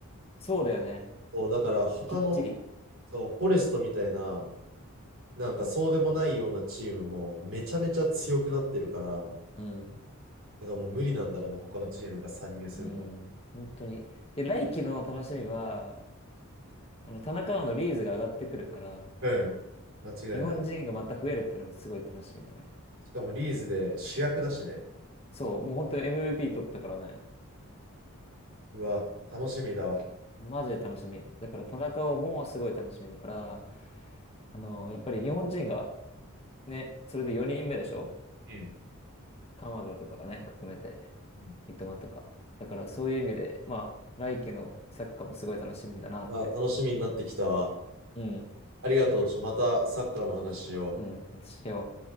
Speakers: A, on the left (about 25°); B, on the right (about 60°).
A: そうだよね。
B: そう、だから他の、
A: きっちり。
B: そう、フォレストみたいな、なんかそうでもないようなチームもめちゃめちゃ強くなってるから、
A: うん。
B: だからもう無理なんだろうね、他のチームが参入するの。
A: うん。本当に。で、来季の楽しみは、あの、田中碧のリーズが上がってくるから、
B: うん。間違いない。
A: 日本人がまた増えるっていうのがすごい楽しみだね。
B: しかもリーズで主役だしね。
A: そう、もう本当に MVP 取ったからね。
B: うわ、楽しみだわ。
A: マジで楽しみ。だから田中碧もすごい楽しみだから、あの、やっぱり日本人がね、それで4人目でしょ
B: うん。
A: 鎌田とかね、含めて、
B: うん
A: 三笘とか。だからそういう意味で、まあ、来季のサッカーもすごい楽しみだなって。
B: うわ、楽しみになってきたわ。
A: うん、
B: ありがとう。ちょ、またサッカーの話を。
A: うん、私よ。